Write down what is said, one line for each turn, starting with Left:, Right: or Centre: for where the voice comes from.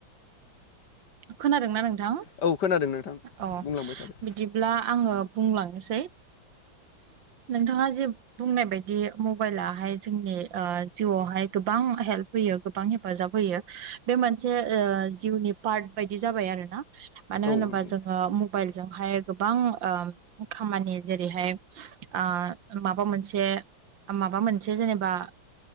Right: खोनादोंना नों थां
Left: औ खोनादों नोंथां
Right: औ
Left: बुंलांबाय थादो
Right: बिदिब्ला आङो बुंलांनिसै नोंथाङा जे बुंनाय बायदि मबाइलाहाय जोंनि जिउआवहाय गोबां हेल्प हो यो गोबां हेफाजाब होयो बे मोनसे ओ जिउनि पार्ट बायदि जाबाय आरोना मानो
Left: औ
Right: होनोबा
Left: नंगौ
Right: जोङो म बाइलजोंहाय गोबां ओ खामानि जेरैहाय ओ माबा मोनसे माबा मोनसे जेनेबा